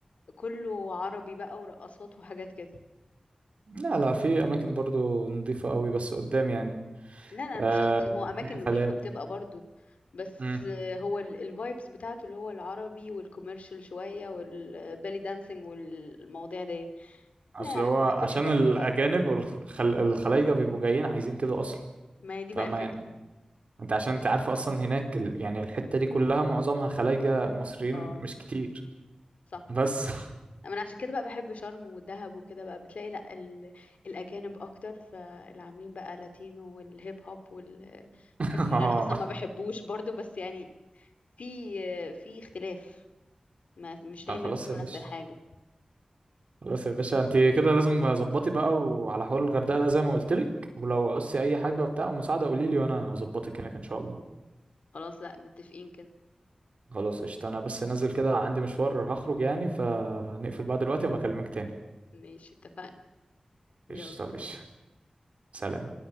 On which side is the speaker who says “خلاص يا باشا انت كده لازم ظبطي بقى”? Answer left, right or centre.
Right